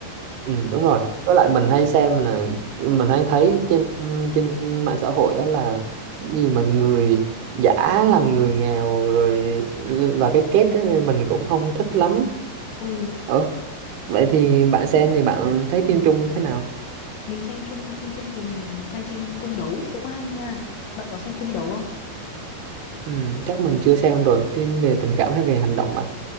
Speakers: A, on the right; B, on the left.
A: Ừ, đúng rồi. Với lại mình hay xem là mình hay thấy trên trên mạng xã hội á là gì mà người giả làm người nghèo rồi và cái kết đó nên mình cũng không thích lắm.
B: ừ
A: Ờ, vậy thì bạn xem thì bạn thấy phim chung như thế nào?
B: mình xem chung phim chung thì mình hay xem cung đấu cũng hay nha bạn có xem cung đấu không
A: Ừ, chắc mình chưa xem rồi, phim về tình cảm hay về hành động bạn?